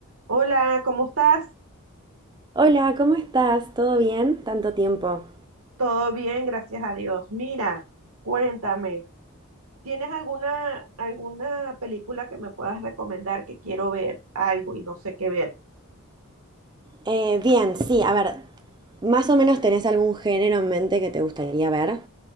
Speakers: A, on the right; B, on the right.
A: Hola, ¿cómo estás?
B: Hola, ¿cómo estás? ¿Todo bien? Tanto tiempo.
A: Todo bien, gracias a Dios. Mira, cuéntame, ¿tienes alguna alguna película que me puedas recomendar que quiero ver algo y no sé qué ver?
B: Eh, bien, sí, a ver, más o menos tenés algún género en mente que te gustaría ver.